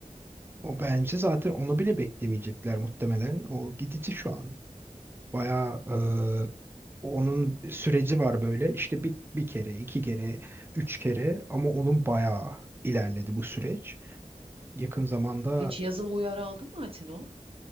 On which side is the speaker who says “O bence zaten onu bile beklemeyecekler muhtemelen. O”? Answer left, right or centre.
Right